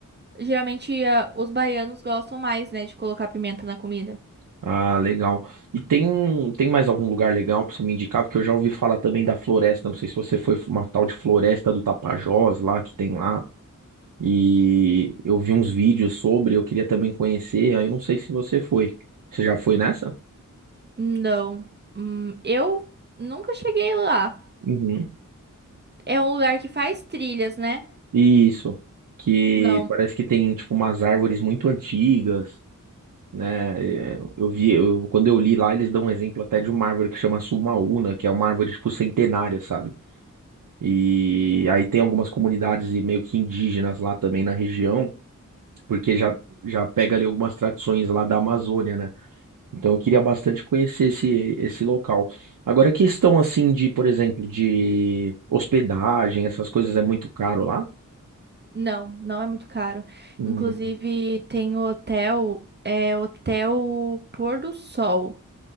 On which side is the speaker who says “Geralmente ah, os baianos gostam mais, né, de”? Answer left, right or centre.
Right